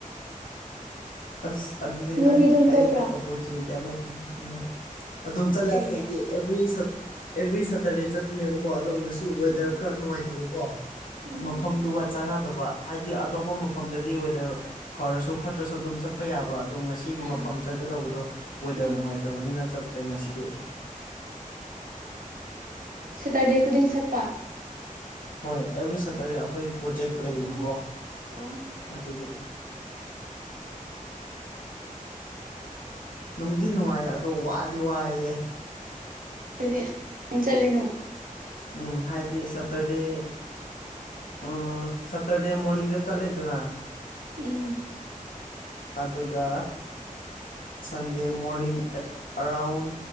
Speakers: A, on the left; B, on the right.
A: ꯑꯁ ꯑꯗꯨꯗꯤ
B: ꯅꯣꯏꯗꯤ
A: ꯅꯪ
B: ꯑꯗꯨꯝ ꯆꯠꯄ꯭ꯔꯥ
A: ꯑꯩ ꯑꯣꯄꯣꯔꯆꯨꯅꯤꯇꯤ ꯑꯃ ꯄꯤꯕꯤꯒꯦꯅꯦ ꯑꯗꯨꯝ ꯆꯠꯂꯦ
B: ꯀꯩꯒꯤ
A: ꯑꯩꯈꯣꯏꯗꯤ ꯑꯦꯕ꯭ꯔꯤ ꯁꯠ ꯑꯦꯕ꯭ꯔꯤ ꯁꯇꯔꯗꯦ ꯆꯠ ꯅꯦꯕꯀꯣ ꯑꯗꯣ ꯉ ꯋꯦꯗꯔ
B: ꯎꯝ
A: ꯈꯔ ꯅꯨꯡꯉꯥꯏꯇꯕꯀꯣ
B: ꯎꯝ
A: ꯃꯐꯝꯗꯨꯒ ꯆꯥꯟꯅꯗꯕ ꯍꯥꯏꯗꯤ ꯑꯇꯣꯞꯄ ꯃꯐꯝꯗꯗꯤ ꯋꯦꯗꯔ ꯐꯔꯁꯨ ꯐꯠꯇ꯭ꯔꯁꯨ ꯑꯗꯨꯝ ꯆꯠꯄ ꯌꯥꯕ ꯑꯗꯣ ꯉꯁꯤꯒꯤ
B: ꯑꯥ
A: ꯃꯐꯝ ꯆ ꯆꯠꯀꯗꯧꯕꯗꯣ ꯋꯦꯗꯔ
B: ꯎꯝ
A: ꯅꯨꯡꯉꯥꯏꯇꯕꯅꯤꯅ ꯆꯠꯇ꯭ꯔꯦ ꯉꯁꯤꯗꯤ
B: ꯁꯦꯇꯔꯗꯦ ꯈꯨꯗꯤꯡ ꯆꯠꯄ
A: ꯍꯣꯏ ꯑꯦꯕ꯭ꯔꯤ ꯁꯇꯔꯗꯦ ꯑꯩꯈꯣꯏ ꯄ꯭ꯔꯣꯖꯦꯛ ꯂꯩꯌꯦꯕꯀꯣ
B: ꯑꯣ ꯑꯣ
A: ꯑꯗꯨꯒꯤ
B: <inaudible>
A: ꯅꯨꯡꯗꯤ ꯅꯨꯡꯉꯥꯏ ꯑꯗꯣ ꯋꯥꯗꯤ ꯋꯥꯏꯍꯦ
B: ꯑꯗꯨꯗꯤ ꯎꯝ ꯆꯠꯂꯅꯣ
A: ꯎꯝ ꯍꯥꯏꯗꯤ ꯁꯇꯔꯗꯦ ꯎꯝ ꯁꯇꯔꯗꯦ ꯃꯣꯔꯅꯤꯡꯗ ꯆꯠꯂꯦꯗꯅ
B: ꯎꯝ
A: ꯑꯗꯨꯒ ꯁꯟꯗꯦ ꯃꯣꯔꯅꯤꯡ ꯑꯦꯠ ꯑꯔꯥꯎꯟ